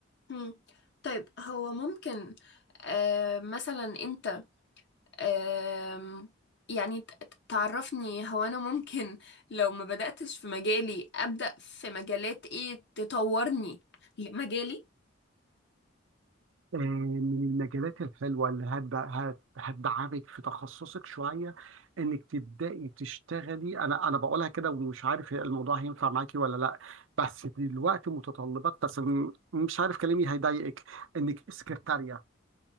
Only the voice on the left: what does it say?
مم. طيب هو ممكن أه مثلا انت أه يعني ت- ت- تعرفني هو انا ممكن لو ما بدأتش في مجالي أبدأ في مجالات ايه تطورني لمجالي